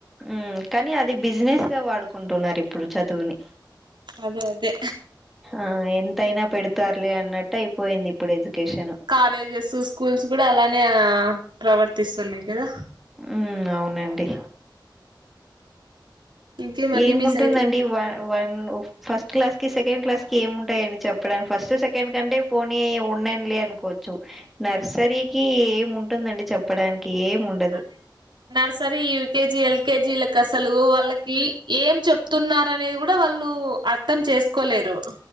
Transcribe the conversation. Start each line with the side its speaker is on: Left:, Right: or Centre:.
Centre: ఉ కానీ అది బిజినెస్ గా వాడుకుంటున్నారు ఇప్పుడు చదువుని.
Right: అదే అదే
Centre: ఆ ఎంతయినా పెడతారులే అన్నట్టు అయిపోయింది ఇప్పుడు ఎడ్యుకేషన్
Right: కాలేజెస్, స్కూల్స్ కూడా అలానే ప్రవర్తిస్తున్నాయి కదా
Centre: ఉ అవునండి
Right: ఇంకేమండి
Centre: ఏముంటుందండి
Right: మీ సైడ్
Centre: ఒక వన్ ఫస్ట్ క్లాస్ కి సెకండ్ క్లాస్ కి ఏమి ఉంటాయని చెప్పడానికి ఫస్ట్ సెకండ్ కంటే పోని ఉన్నాను లే అనుకోవచ్చు నర్సరీకి ఏముంటుందండి చెప్పడానికి ఏం ఉండదు
Right: అదే నర్సరీ, యూకేజీ, ఎల్కేజీలకు అసలు వాళ్ళకి ఏం చెప్తున్నారు అనేది కూడా వాళ్ళు అర్థం చేసుకోలేరు